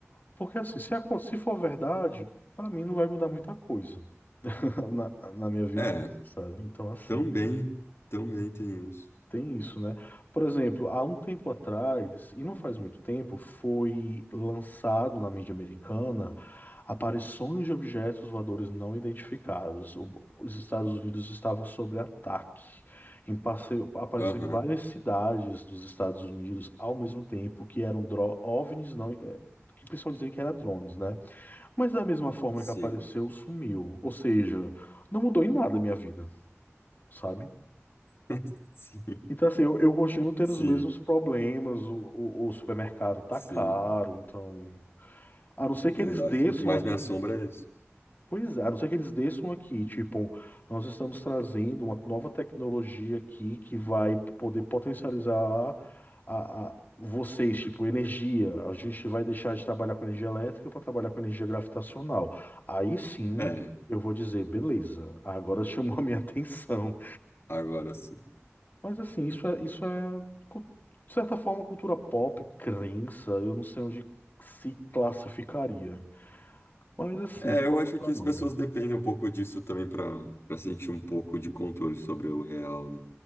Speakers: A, on the left; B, on the left.
A: porque assim, se, acon- se for verdade, pra mim não vai mudar muita coisa <laughs> na, na minha vivência,
B: É,
A: sabe? Então, assim.
B: também, também tem isso.
A: Tem isso, né? Por exemplo, há um tempo atrás, e não faz muito tempo, foi lançado na mídia americana aparições de objetos voadores não identificados. O- Os Estados Unidos estavam sob ataque. Em passeio, apareceu
B: Aham,
A: em várias cidades dos Estados Unidos ao mesmo tempo que eram dro- OVNIs, não, é, que o pessoal dizia que era drones, né? Mas da mesma forma
B: sim.
A: que apareceu, sumiu. Ou seja, não mudou em nada a minha vida, sabe?
B: <laughs> Sim,
A: Então, assim, eu, eu continuo tendo
B: sim,
A: os mesmos problemas. O, o, o supermercado tá
B: sim,
A: caro, então. A não ser que
B: exato.
A: eles desçam
B: O que mais
A: aqui.
B: me assombra é isso.
A: Pois é, a não ser que eles desçam aqui. Tipo, nós estamos trazendo uma nova tecnologia aqui que vai poder potencializar a, a vocês, tipo, energia. A gente vai deixar de trabalhar com energia elétrica para trabalhar com energia gravitacional. Aí sim,
B: É,
A: eu vou dizer, beleza, agora <laughs> chamou a minha atenção.
B: agora sim.
A: Mas assim, isso é, isso é, cu- de certa forma, cultura pop, crença, eu não sei onde se classificaria. Mas assim,
B: É,
A: pano
B: eu acho
A: pra
B: que as
A: manga.
B: pessoas dependem um pouco disso também para para sentir um pouco de controle sobre o real, né?